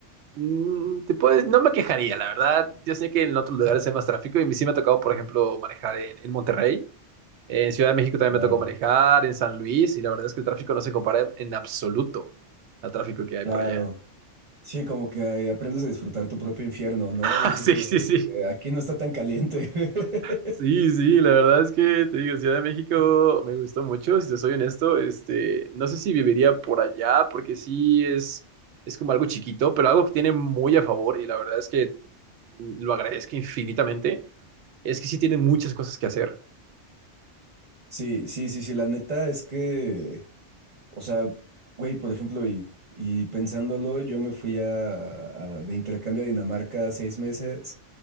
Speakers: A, on the right; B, on the right.
A: mm, te puedes, no me quejaría, la verdad. Yo sé que en otros lugares hay más tráfico y a mí sí me ha tocado, por ejemplo, manejar en, en Monterrey. En Ciudad de México también
B: Claro.
A: me tocó manejar, en San Luis, y la verdad es que el tráfico no se compara en, en absoluto al tráfico que hay
B: Claro,
A: por allá. <laughs>
B: sí, como que eh, aprendes a disfrutar tu propio infierno, ¿no? Dices
A: Ah, sí,
B: como
A: sí,
B: de
A: sí.
B: que aquí no está tan caliente.
A: Sí,
B: <laughs>
A: sí, la verdad es que te digo, Ciudad de México me gustó mucho, si te soy honesto, este, no sé si viviría por allá, porque sí es, es como algo chiquito, pero algo que tiene muy a favor, y la verdad es que lo agradezco infinitamente, es que sí tiene muchas cosas que hacer.
B: Sí, sí, sí, sí, la neta es que, o sea, güey, por ejemplo, y, y pensándolo, yo me fui a, a- de intercambio a Dinamarca seis meses